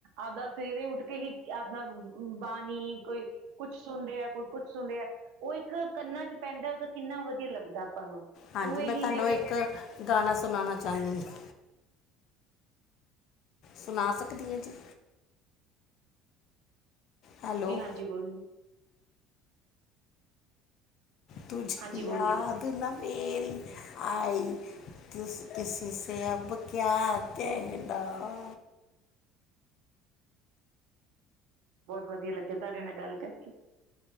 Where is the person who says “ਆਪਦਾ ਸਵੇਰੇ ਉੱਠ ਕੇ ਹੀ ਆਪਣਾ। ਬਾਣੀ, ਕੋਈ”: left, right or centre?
Right